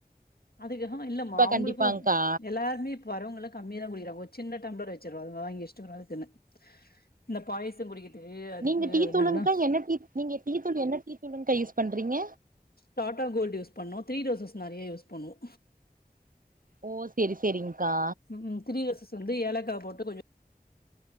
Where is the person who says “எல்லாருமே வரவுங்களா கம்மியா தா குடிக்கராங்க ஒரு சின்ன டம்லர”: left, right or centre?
Left